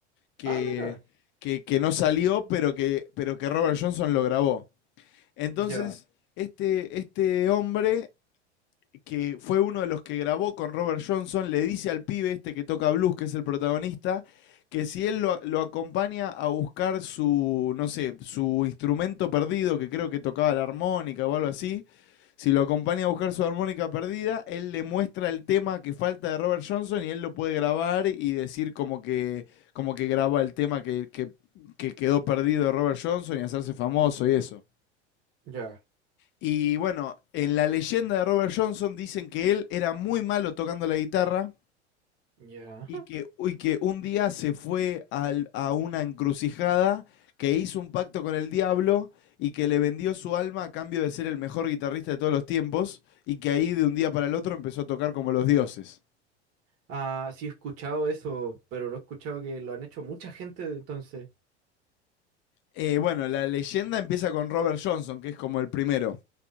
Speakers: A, on the left (about 35°); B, on the right (about 40°).
A: que,
B: Ah, mira.
A: que, que no salió, pero que, pero que Robert Johnson lo grabó. Entonces,
B: Ya,
A: este, este hombre que fue uno de los que grabó con Robert Johnson, le dice al pibe este que toca blues, que es el protagonista, que si él lo, lo acompaña a buscar su, no sé, su instrumento perdido, que creo que tocaba la armónica o algo así, si lo acompaña a buscar su armónica perdida, él le muestra el tema que falta de Robert Johnson y él lo puede grabar y decir como que, como que graba el tema que, que, que quedó perdido de Robert Johnson y hacerse famoso y eso.
B: ya,
A: Y bueno, en la leyenda de Robert Johnson dicen que él era muy malo tocando la guitarra
B: ya.
A: y que, uy, que un día se fue al- a una encrucijada, que hizo un pacto con el diablo y que le vendió su alma a cambio de ser el mejor guitarrista de todos los tiempos y que ahí de un día para el otro empezó a tocar como los dioses.
B: Ah, sí he escuchado eso, pero lo he escuchado que lo han hecho mucha gente entonces.
A: Eh, bueno, la leyenda empieza con Robert Johnson, que es como el primero.